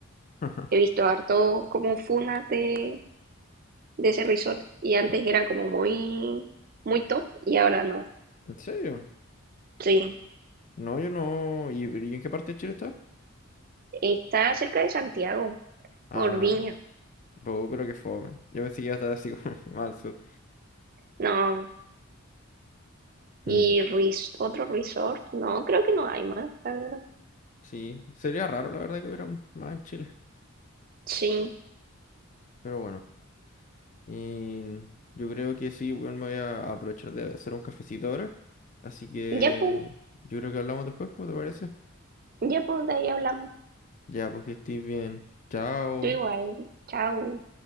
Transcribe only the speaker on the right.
He visto harto como funas de, de ese resort y antes
era como muy, muy top y ahora no.
Sí,
está cerca de Santiago,
por Viña,
no. Y
res- otro resort, no, creo que no hay más, la verdad.
Sí,
ya pues,
ya pues, de ahí hablamos.
Tú igual, chao.